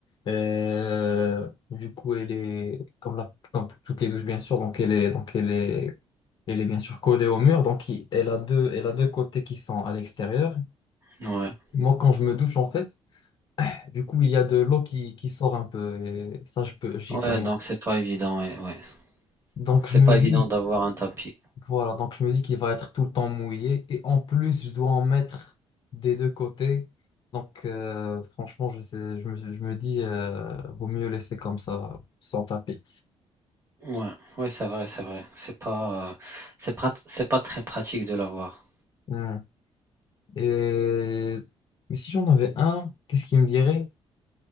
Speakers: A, on the left; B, on the right.
A: euh, du coup, elle est comme, la, comme toutes les douches, bien sûr. Donc, elle est, donc elle est, elle est bien sûr collée au mur. Donc, il- elle a deux, elle a deux côtés qui sont à l'extérieur.
B: ouais.
A: Moi, quand je me douche, en fait, du coup, il y a de l'eau qui, qui sort un peu et ça, je peux, j'y
B: Ouais,
A: peux rien.
B: donc c'est pas évident, ouais, ouais.
A: Donc,
B: C'est
A: je me
B: pas
A: dis,
B: évident d'avoir un tapis.
A: voilà, donc je me dis qu'il va être tout le temps mouillé et en plus, je dois en mettre des deux côtés. Donc, euh, franchement, je sais, je me, je me dis, euh, vaut mieux laisser comme ça, sans taper.
B: Ouais, ouais, c'est vrai, c'est vrai. C'est pas, euh, c'est pas, c'est pas très pratique de l'avoir.
A: Hmm. Et... Mais si j'en avais un, qu'est-ce qu'il me dirait?